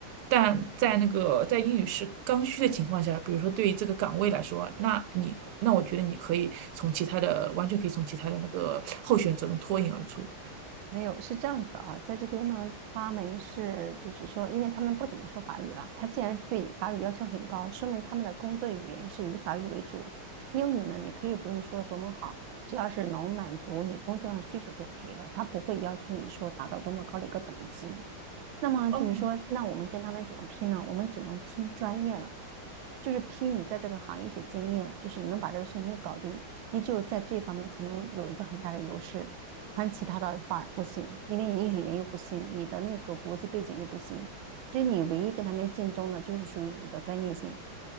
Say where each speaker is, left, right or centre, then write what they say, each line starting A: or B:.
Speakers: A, on the right; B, on the right.
A: 但在那个在英语是刚需的情况下，比如说对于这个岗位来说啊，那你那我觉得你可以从其他的完全可以从其他的那个候选者中脱颖而出。
B: 没有，是这样子的啊，在这边呢，他们是就是说，因为他们不怎么说法语了，他既然对法语要求很高，说明他们的工作语言是以法语为主。英语呢，你可以不用说的多么好，只要是能满足你工作上需求就可以了，他不会要求你说达到多么高的一个等级。那么就是说，
A: 哦，
B: 那我们跟他们怎么拼呢？我们只能拼专业了，就是拼你在这个行业一些经验，就是你能把这个事情给搞定，你只有在这方面才能有一个很大的优势。但其他的话不行，因为你语言又不行，你的那个国际背景又不行，所以你唯一跟他们竞争的就是属于你的专业性。